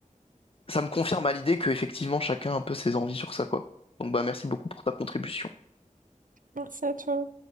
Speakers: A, on the left; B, on the right.
A: ça me confirme à l'idée que effectivement chacun a un peu ses envies sur ça, quoi. Donc bah merci beaucoup pour ta contribution.
B: Merci à toi.